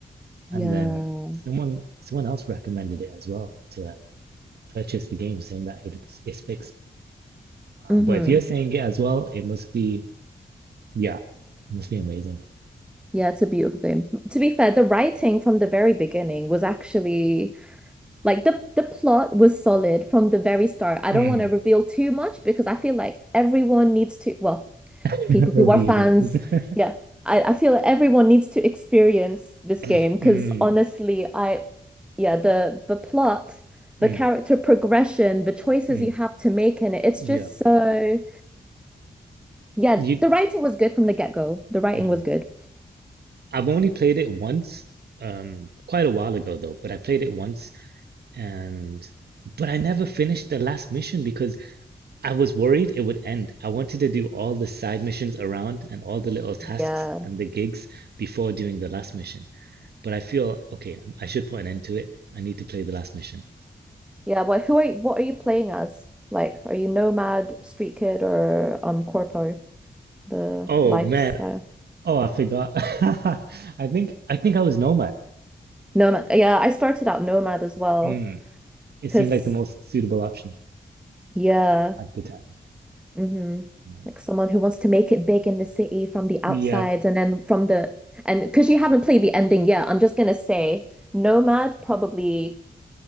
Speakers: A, in the centre; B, on the right (about 75°).
A: Yeah.
B: And then someone someone else recommended it as well to purchase the game, saying that it was it's fixed. Uh,
A: Mm-hmm.
B: but if you're saying it as well, it must be yeah, it must be amazing.
A: Yeah, it's a beautiful game. To be fair, the writing from the very beginning was actually like the the plot was solid from the very start. I
B: Mm.
A: don't want to reveal too much because I feel like everyone needs to, well,
B: <laughs>
A: people
B: Reveal
A: who are fans,
B: it.
A: yeah. I, I feel like everyone needs to experience this game
B: <laughs>
A: because
B: Mm.
A: honestly, I yeah, the the plot, the
B: Mm,
A: character progression, the choices
B: mm,
A: you have to make in it, it's
B: yeah.
A: just so yeah,
B: You,
A: the writing was good from the get-go. The writing
B: mm.
A: was good.
B: I've only played it once, um, quite a while ago though, but I played it once and but I never finished the last mission because I was worried it would end. I wanted to do all the side missions around and all the little tasks
A: Yeah.
B: and the gigs before doing the last mission. But I feel okay, I should put an end to it. I need to play the last mission.
A: Yeah, but who are you, what are you playing as? Like, are you Nomad, Street Kid, or um Corpo, the
B: Oh
A: lifestyle?
B: man. Oh, I forgot. <laughs> I think I think I was Nomad.
A: Nomad. Yeah, I started out Nomad as well,
B: Mm. It
A: because
B: seemed like the most suitable option
A: yeah,
B: at the time.
A: mm-hmm.
B: Yeah.
A: Like someone who wants to make it big in the city from the outsides
B: Yeah.
A: and then from the and because you haven't played the ending yet, I'm just gonna say Nomad probably